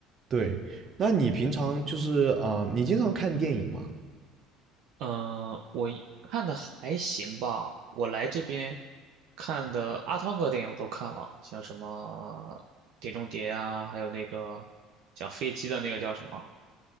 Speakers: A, on the right; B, on the right.
A: 对，那你平常就是啊、呃你经常看电影吗？
B: 嗯，我一看的还行吧。我来这边看的阿汤哥电影我都看了，像什么《碟中谍》啊，还有那个讲飞机的那个叫什么